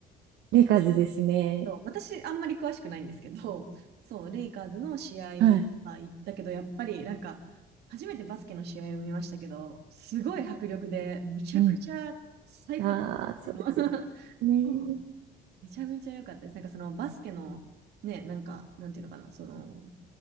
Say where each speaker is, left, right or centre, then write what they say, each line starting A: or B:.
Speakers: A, on the right; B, on the right.
A: レイカーズですね。
B: そう私、あんまり詳しくないんですけど、そう、レイカーズの試合
A: はい。
B: は行ったけど、やっぱりなんか、初めてバスケの試合を見ましたけど、すごい迫力で、むちゃくちゃ最高で、
A: うん。ああ、そうですよ
B: あの、<laughs>
A: ね。
B: そうめちゃめちゃ良かったです。なんかそのバスケの、ね、なんか、なんていうのかな、その、